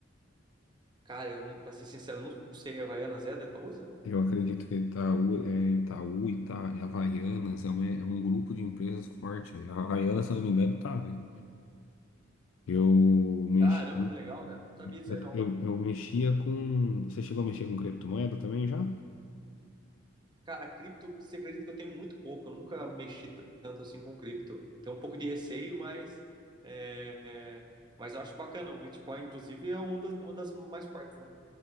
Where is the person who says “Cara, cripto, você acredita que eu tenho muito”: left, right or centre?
Right